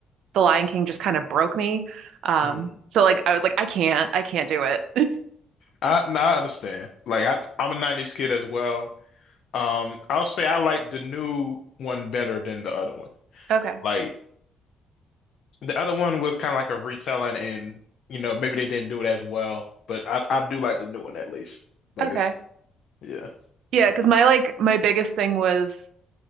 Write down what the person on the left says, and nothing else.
hmm
I no, I understand. Like I I'm a 90s kid as well. Um, I'll say I like the new one better than the other one.
Like the other one was kind of like a retelling and you know maybe they didn't do it as well, but I I do like the new one at least. Like
it's Yeah.